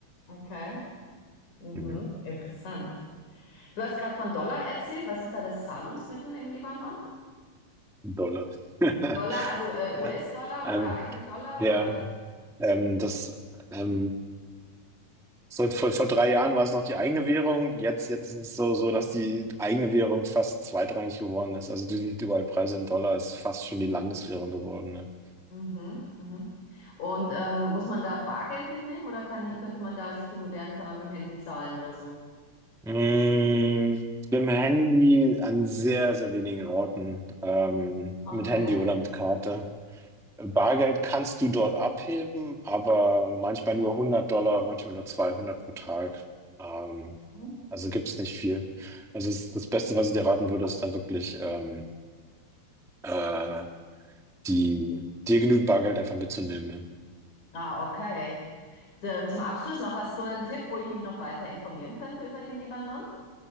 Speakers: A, on the left; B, in the centre.
A: Okay. Mhm.
B: Ja.
A: Interessant. Du hast gerade von Dollar erzählt. Was ist da das Zahlungsmittel im Libanon?
B: Dollar. <laughs>
A: Dollar, also äh,
B: Ja.
A: US-Dollar
B: Ähm,
A: oder eigene Dollar
B: ja.
A: oder?
B: Ähm, das ähm, so, vor, vor drei Jahren war es noch die eigene Währung. Jetzt, jetzt ist es so, so, dass die eigene Währung fast zweitrangig geworden ist. Also du siehst überall Preise in Dollar. Es ist fast schon die Landeswährung geworden. Ne?
A: Mhm, mhm. Und ähm, muss man da Bargeld mitnehmen oder kann, könnte man da, sind die modern, kann man mit dem Handy zahlen oder so?
B: Mm, mit dem Handy an sehr, sehr wenigen Orten. Ähm,
A: Okay.
B: mit Handy oder mit Karte. Bargeld kannst du dort abheben, aber manchmal nur hundert Dollar, manchmal nur 200 pro Tag. Ähm,
A: Mhm.
B: Also gibt es nicht viel. Also es, das Beste, was ich dir raten würde, ist dann wirklich ähm, äh, die, dir genügend Bargeld einfach mitzunehmen.
A: Ah, okay. Zum zum Abschluss noch, hast du einen Tipp, wo ich mich noch weiter informieren könnte über den Libanon?